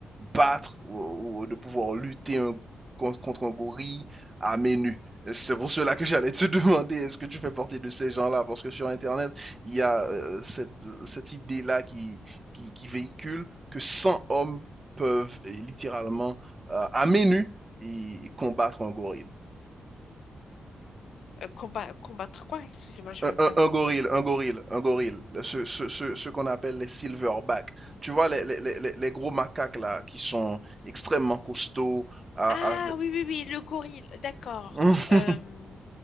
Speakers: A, on the right; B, on the left.
A: battre ou, ou de pouvoir lutter un- con- contre un gorille à main nue? C'est pour cela que j'allais te <laughs> demander, est-ce que tu fais partie de ces gens-là? Parce que sur Internet, il y a euh, cette, cette idée-là qui, qui, qui véhicule que 100 hommes peuvent euh, littéralement, euh, à main nue, et, combattre un gorille.
B: Euh, combat- combattre quoi? Excusez-moi, j'ai
A: Un,
B: pas bien
A: un,
B: compris.
A: un, gorille, un gorille, un gorille, ce, ce, ce, ce qu'on appelle les silverback. Tu vois, les, les, les, les, gros macaques là, qui sont extrêmement costauds. À,
B: Ah
A: à...
B: oui, oui, oui, le gorille, d'accord.
A: <laughs>
B: Euh,